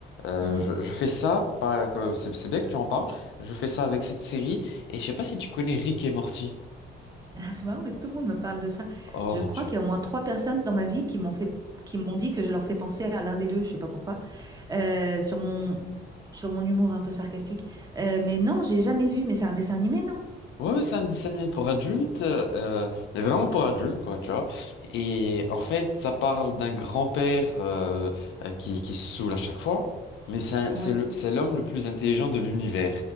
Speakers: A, on the left; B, on the right.
A: Euh,
B: mhm.
A: je, je fais ça, par- que- c'est c'est bien que tu en parles, je fais ça avec cette série, et je sais pas si tu connais Rick et Morty.
B: Ah, c'est marrant, mais tout le monde me parle de ça.
A: Oh
B: Je
A: mon
B: crois
A: Dieu.
B: qu'il y a au moins trois personnes dans ma vie qui m'ont fait, qui m'ont dit que je leur fais penser à l'un des deux, je sais pas pourquoi, euh, sur mon, sur mon humour un peu sarcastique. Euh, mais non, j'ai jamais vu, mais c'est un dessin animé, non?
A: Ouais, ouais, c'est un dessin animé pour adultes, euh, mais vraiment pour adultes, quoi, tu vois. Et en fait, ça parle d'un grand-père euh, euh, qui, qui se saoule à chaque fois, mais c'est un-
B: Ouais,
A: c'est le- c'est l'homme le plus intelligent de l'univers.